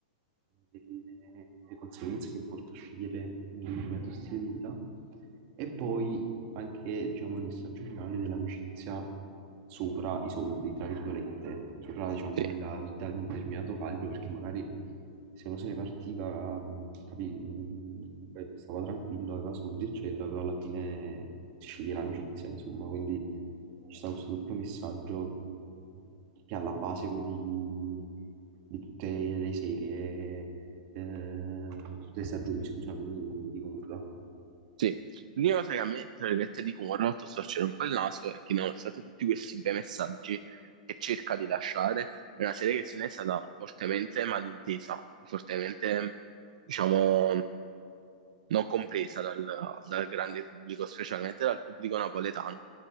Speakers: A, on the right (about 40°); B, on the right (about 70°).
A: delle, delle conseguenze che porta a scegliere un determinato stile di vita, e poi anche, diciamo, il messaggio finale dell'amicizia sopra i soldi, tra virgolette, sopra, diciamo,
B: Sì.
A: la vita di un determinato calibro, perché magari se uno se ne partiva, mh, capì, mh, comunque stava tranquillo, aveva soldi, eccetera, però alla fine si sceglie l'amicizia, insomma, quindi ci sta questo doppio messaggio che è alla base poi di, di tutte le serie, eh, tutte le stagioni, scusami, di Gomorra.
B: Sì, l'unica cosa che a me, tra virgolette, di cui mi ha fatto storcere un po' il naso è che nonostante tutti questi bei messaggi che cerca di lasciare, è una serie che se ne è stata fortemente malintesa, fortemente, diciamo, non compresa dal, dal grande pubblico, specialmente dal pubblico napoletano,